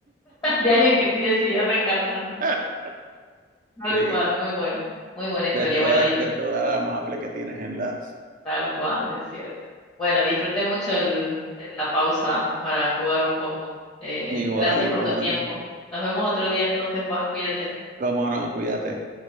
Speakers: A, on the left; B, on the right.
A: de alguien que sí decidió reencarnar,
B: <laughs>
A: tal
B: Sí,
A: cual, muy bueno, muy buena historia.
B: de toda,
A: Bueno, di-
B: de toda la maple que tienes en la...
A: Tal cual, es cierto. Bueno, disfruté mucho el, la pausa para jugar un poco. Eh,
B: Igual,
A: gracias
B: igual.
A: por tu tiempo. Nos vemos otro día entonces, Juan, cuídate.
B: Cómo no, cuídate.